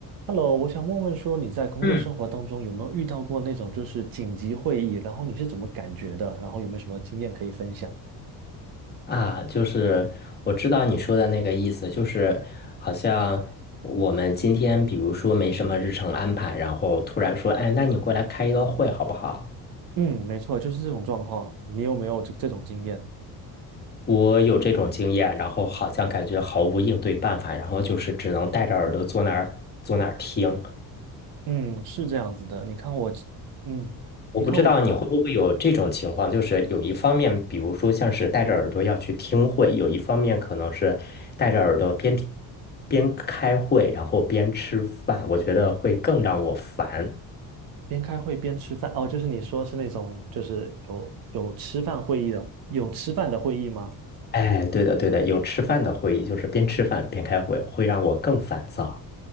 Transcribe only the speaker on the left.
嗯
啊，就是我知道你说的那个意思，就是好像我们今天比如说没什么日程安排，然后突然说，哎，那你过来开一个会好不好？
我有这种经验，然后好像感觉毫无应对办法，然后就是只能戴着耳朵坐那儿坐那儿听。
我不知道你会不会有这种情况，
就是有一方面，比如说像是戴着耳朵要去听会，有一方面可能是戴着耳朵边听边开会，然后边吃饭，我觉得会更让我烦。
哎，对的，对的，有吃饭的会议，就是边吃饭边开会，会让我更烦躁。